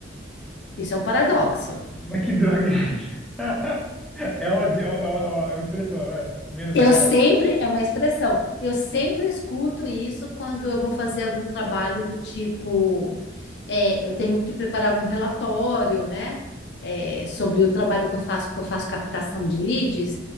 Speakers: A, on the left; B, in the centre.
A: Isso é um paradoxo.
B: Mas que droga é essa? <laughs> É uma, é uma, é uma expressão, não é? Menos
A: Eu
B: é mais?
A: sempre, é uma expressão, eu sempre escuto isso quando eu vou fazer algum trabalho do tipo, é, eu tenho que preparar algum relatório, né? é, sobre o trabalho que eu faço, que eu faço captação de leads